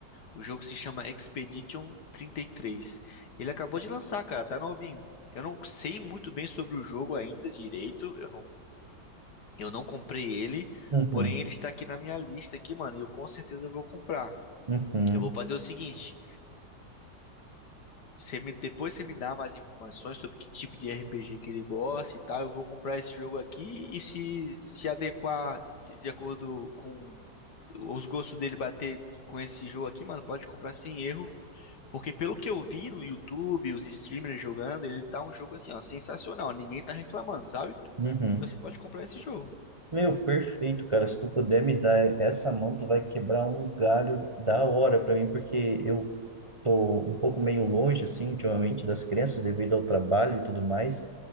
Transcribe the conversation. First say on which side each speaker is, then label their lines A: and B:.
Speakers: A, on the left (about 70°); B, on the right (about 50°).
A: O jogo se chama Expedition 33. Ele acabou de lançar, cara, tá novinho. Eu não sei muito bem sobre o jogo ainda direito. Eu não, eu não comprei ele,
B: uhum,
A: porém ele está aqui na minha lista aqui, mano, e eu com certeza vou comprar.
B: uhum,
A: Eu vou fazer o seguinte, Você me, depois você me dá mais informações sobre que tipo de RPG que ele gosta e tal. Eu vou comprar esse jogo aqui e se se adequar de, de acordo com os gostos dele bater com esse jogo aqui, mano, pode comprar sem erro. Porque pelo que eu vi no YouTube, os streamers jogando, ele tá um jogo assim, ó, sensacional. Ninguém tá reclamando, sabe?
B: uhum.
A: Então você pode comprar esse jogo.
B: Meu, perfeito, cara. Se tu puder me dar essa mão, tu vai quebrar um galho da hora pra mim, porque eu tô um pouco meio longe, assim, ultimamente, das crianças devido ao trabalho e tudo mais.